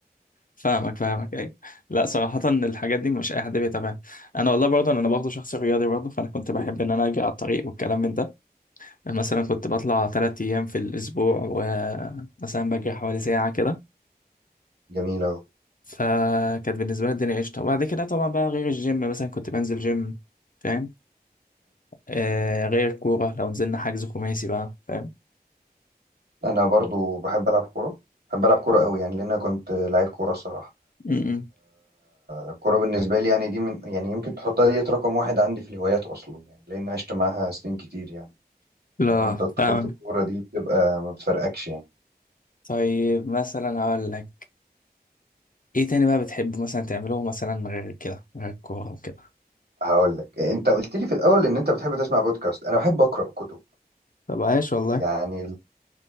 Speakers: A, on the left; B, on the right.
A: فاهمك فاهمك ايوه لا صراحة الحاجات دي مش اي حد بيتابعها انا والله برضه انا برضه شخص رياضي برضه فانا كنت بحب ان انا اجي على الطريق والكلام من ده مثلا كنت بطلع ثلاث ايام في الاسبوع ومثلا بجري حوالي ساعة كده
B: جميل أهو
A: فكانت بالنسبة لي الدنيا قشطة وبعد كده طبعا بقى غير الجيم مثلا كنت بنزل جيم فاهم آه غير الكورة لو نزلنا حجز خماسي بقى فاهم
B: أنا برضو بحب ألعب كورة بحب ألعب كورة قوي يعني لأن أنا كنت لعيب كورة الصراحة
A: م- م.
B: الكورة بالنسبة لي يعني دي من يعني يمكن تحطها ديت رقم واحد عندي في الهوايات أصلا يعني لأن عشت معاها سنين كتير يعني
A: لا
B: عارف أنت طفولة
A: فاهم
B: الكورة دي بتبقى ما بتفرقكش يعني
A: طيب مثلا هقول لك ايه تاني بقى بتحب مثلا تعمله مثلا غير كده غير الكورة وكده
B: هقول لك أنت قلت لي في الأول إن أنت بتحب تسمع بودكاست أنا بحب أقرأ كتب
A: طب عايش والله
B: يعني ال-